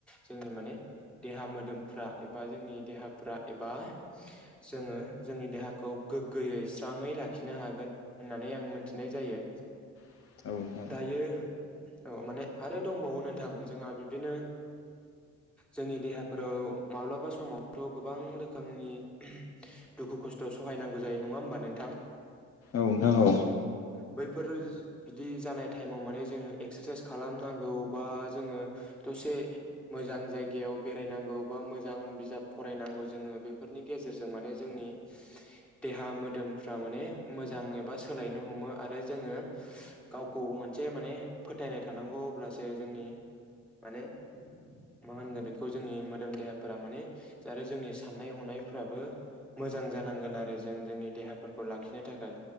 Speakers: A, in the centre; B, on the left.
A: जोंनि माने देहा मोदोमफ्रा एबा जोंनि देहाफ्रा एबा जोंङो जोंनि देहाखौ गोग्गोयै स्राङै लाखिनो हागोन होननानै आं मोनथिनाय जायो।
B: <inaudible>
A: दायो औ माने आरो दंबावो नोंथां जोंहा बिब्दिनो जोंनि देहाफोराव माब्लाबा समावथ गोबां रोखोमनि दुखु खस्थ सहायनांगौ जायो नङा होमबा नोंथां।
B: औ नोंथां औ
A: बैफोर बिदि जानाय टाइमाव माने जो एक्सारसाइस खालामनांगौबा जोंङो दसे मोजां जायगायाव बेरायनांगौ बबा मोजां बिजाब फरायनांगौ जोंङो बेफोरनि गेजेरजों माने जोंनि देहा मोदोमफ्रा माने मोजां एबा सोलायनो हमो आरो जोङो गाव खौ मोनसे माने फोथायनाय थानांगौ अब्लासो जोंनि माने मा होनगोन बेखौ जोंनि मोदोम देहाफोरा माने आरो जोंनि साननाय हनायफोराबो मोजां जानांगोन आरो जों जोंनि देहाफोरखौ लाखिनो थाखाय